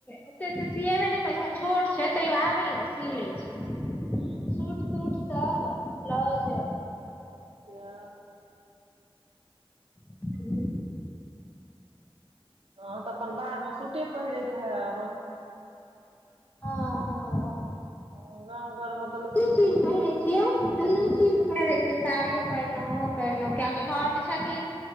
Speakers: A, on the left (about 15°); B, on the right (about 85°).
A: ओते ओते सियबे ने करै छोट छै तैयो आबेया सीलै सूट
B: हँ
A: तूट सब ब्लाउज
B: अच्छा
A: <inaudible>
B: हँ तऽ अपन बाहर मे सूटे पहिरैत हैब
A: हँ हँ
B: हँ गाम घरमे
A: की चीज पहिरै छै कि यो दुनू चीज पहिरै छै साड़ियो पहिरलो ओहो पहिरलो कियक घर मे छथिन